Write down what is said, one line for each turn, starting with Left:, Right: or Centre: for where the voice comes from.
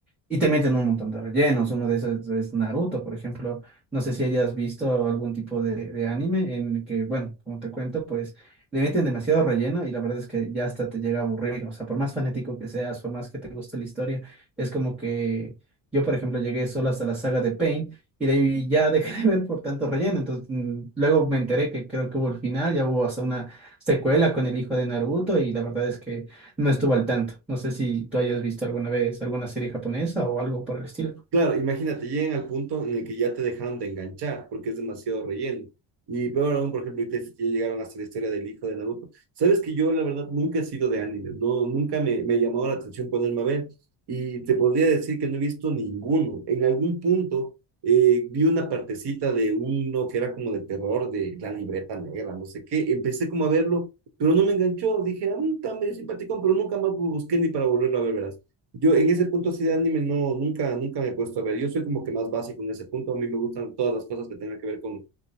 Centre: y te meten un montón de rellenos. Uno de esos es Naruto, por ejemplo. No sé si hayas visto algún tipo de, de anime en el que, bueno, como te cuento, pues le meten demasiado relleno y la verdad es que ya hasta te llega a aburrir. O sea, por más fanático que seas, por más que te guste la historia, es como que yo, por ejemplo, llegué solo hasta la saga de Pain y de ahí ya <laughs> dejé de ver por tanto relleno. Entonces, mm, luego me enteré que creo que hubo el final, ya hubo hasta una secuela con el hijo de Naruto y la verdad es que no estuve al tanto. No sé si tú hayas visto alguna vez alguna serie japonesa o algo por el estilo.
Right: Claro, imagínate, llegan al punto en el que ya te dejaron de enganchar porque es demasiado relleno. Y peor aún, por ejemplo, ahorita sí que ya llegaron hasta la historia del hijo de Naruto. Sabes que yo, la verdad, nunca he sido de anime, no, nunca me, me ha llamado la atención ponerme a ver. Y te podría decir que no he visto ninguno. En algún punto eh, vi una partecita de uno que era como de terror, de la libreta negra, no sé qué. Empecé como a verlo, pero no me enganchó. Dije, ah, está medio simpaticón, pero nunca más busqué ni para volverlo a ver, verás. Yo en ese punto sí de anime no, nunca, nunca me he puesto a ver. Yo soy como que más básico en ese punto. A mí me gustan todas las cosas que tengan que ver con